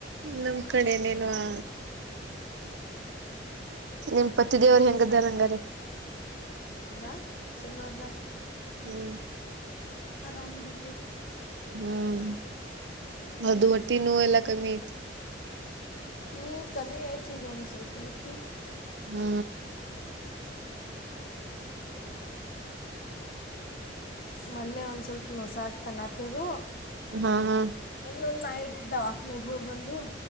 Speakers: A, on the right; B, on the left.
A: ನಮ್ ಕಡೆ ಇನ್ನ ಏನು ಆ. ನಿಮ್ ಪತಿ ದೇವ್ರ ಹೆಂಗ್ದಾರ ಹಂಗಾರಿ.
B: ಅದಾರ್ ಚಲೋ ಅದಾರ್.
A: ಹ್ಮ.
B: ಆರಾಮ ದಾರು.
A: ಹ್ಮ್
B: ಹ್ಮ್
A: ಅದು ಹೊಟ್ಟಿ ನೋವ ಎಲ್ಲಾ ಕಮ್ಮಿ ಐತು.
B: ಹ್ಮ್ ಕಮ್ಮಿ ಆಯ್ತ್ ಈಗ ಒಂದ್ ಸ್ವಲ್ಪ ಐತಿ.
A: ಹ್ಮ.
B: ಮೊನ್ನೆ ಒಂದ ಸ್ವಲ್ಪ ನೊಸತ ಅನಾತಿರು.
A: ಹಾ ಹಾ
B: <unintelligible> ನೈಟ್ ದವಾಖಾನಿಗ ಹೋಗಿ ಬಂದು.